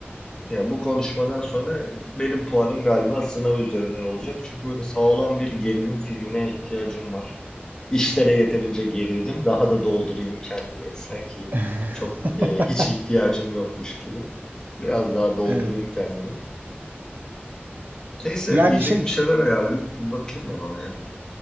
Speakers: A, on the left (about 15°); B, on the right (about 50°).
A: Ya bu konuşmadan sonra benim puanım galiba sınav üzerinden olacak. Çünkü böyle sağlam bir gerilim filmine ihtiyacım var. İşlere yeterince gerildim. Daha da doldurayım kendimi. <laughs> Sanki
B: <laughs>
A: çok e, hiç ihtiyacım yokmuş gibi. Biraz daha doldurayım
B: Evet.
A: kendimi. Neyse
B: Yani
A: yiyecek
B: şey
A: bir şeyler ayarlayıp bakayım ben ona ya.